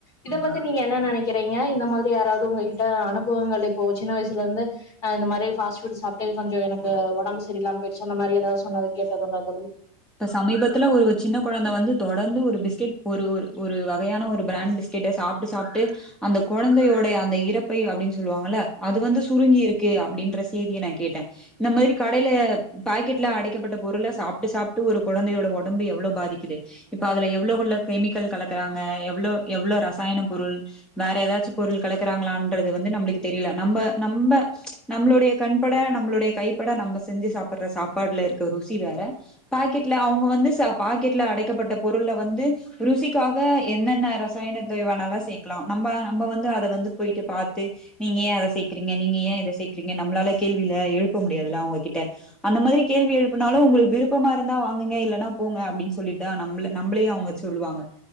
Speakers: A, on the left; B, in the centre.
A: இத
B: ஆமா
A: பத்தி நீங்க என்ன நெனைக்கிறீங்க இந்த மாதிரி யாராவ்து உங்ககிட்ட அனுபவங்கள் இப்போ சின்ன வயசுல இருந்து நா இந்த மாரி பாஸ்ட்புட் சாப்ட்டு கொஞ்ச எனக்கு ஒடம்பு சரியில்லாம போயிர்ச்சு அந்த மாரி எதாவ்து சொன்னது கேட்டதுண்டா தோழி
B: இப்ப சமீபத்துல ஒரு சின்ன கொழந்த வந்து தொடர்ந்து ஒரு பிஸ்கெட் ஒரு ஒரு ஒரு வகையான ஒரு பிராண்ட் பிஸ்கெட்ட சாப்ட்டு சாப்ட்டு அந்த கொழந்தையோடைய அந்த இறப்பை அப்டின் சொல்லுவாங்கள்ல அது வந்து சுருங்கி இருக்கு அப் ப்டின்ற செய்திய நா கேட்டே இந்த மாதிரி கடைல பாக்கெட்ல அடைக்கப்பட்ட பொருள சாப்ட்டு சாப்ட்டு ட்டு ஒரு கொழந்தையோட ஒடம்பு எவ்ளோ பாதிக்குது இப்ப அதுல எவ்ளோ கொள்ள கெமிக்கல் கலக்குறாங்க எவ்ளோ எவ்ளோ ரசாயன பொருள் வேற எதாச்சு பொருள் கலக்குறாங்ளான்றது வந்து நம்ளுக்கு தெரியல நம்ப நம்ப நம்பளோடைய கண்பட நம்பளுடைய கைப்பட நம்ம செஞ்சு சாப்பிட்ற சாப்பாடுல இருக்க ருசி வேற பாக்கெட்ல அவ்ங்க வந்து ச பாக்கெட்ல அடைக்கப்பட்ட பொருள்ள வந்து ருசிக்காக என்னென்ன ரசாயனத்தைவேனாலு சேக்லா நம்ம நம்ப வந்து அத வந்து போய்ட்டு பாத்து நீங்க ஏ அத சேக்குறீங்க நீங்க ஏ இத சேக்குறீங்க நம்மளால கேள்விலா எழுப்ப முடியாதுல்ல அவ்ங்கக்கிட்ட அந்த மாதிரி கேள்வி எழுப்புனாலு உங்களுக்கு விருப் விருப்பம இருந்தா வாங்குங்க இல்லன்னா போங்க அப்டின்னு சொல்லிட்டா நம்ள நம்பளே அவுங்க சொல்லுவாங்க